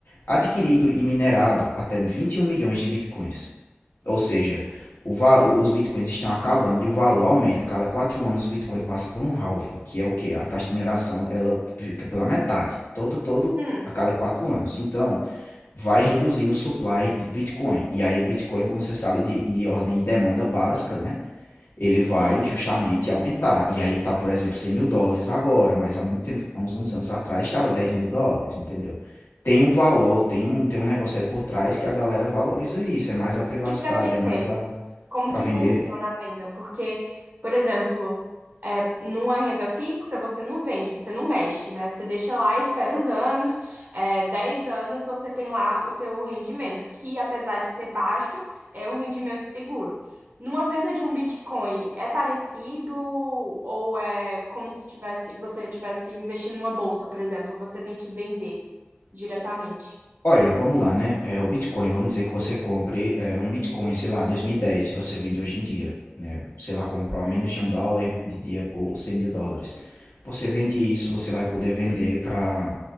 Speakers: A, on the left; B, on the right.
A: Adquirido e minerado até 21 milhões de Bitcoins. Ou seja, o, va- os Bitcoins estão acabando e o valor aumenta. Cada quatro anos o Bitcoin passa por um halving, que é o quê? A taxa de mineração, ela fica pela metade. Todo, todo,
B: hum,
A: a cada quatro anos. Então, vai reduzindo o supply de Bitcoin. E aí o Bitcoin, como você sabe, de, de ordem de demanda básica, né? Ele
B: sim,
A: vai justamente aumentar. E aí tá, por exemplo, cem mil dólares agora, mas há muito tempo, há uns, uns anos atrás, estava dez mil dólares, entendeu? Tem um valor, tem um, tem um negócio aí por trás que a galera valoriza isso. É mais a privacidade,
B: E para vender,
A: é mais a
B: como
A: para
B: que
A: vender
B: funciona a venda? Porque, por exemplo, é, numa renda fixa você não vende, você não mexe, né? Você deixa lá, espera os anos, é, 10 anos você tem lá o seu rendimento, que apesar de ser baixo, é um rendimento seguro. Numa venda de um Bitcoin, é parecido ou é como se tivesse, você tivesse investindo numa bolsa, por exemplo, você tem que vender diretamente?
A: Olha, vamos lá, né? É, o Bitcoin, vamos dizer que você compre é, um Bitcoin, sei lá, 2010 e dez e você vende hoje em dia, né? Sei lá, comprou a
B: Hum,
A: menos de um dólar e vende dia por cem mil dólares. Você vende isso, você vai poder vender para.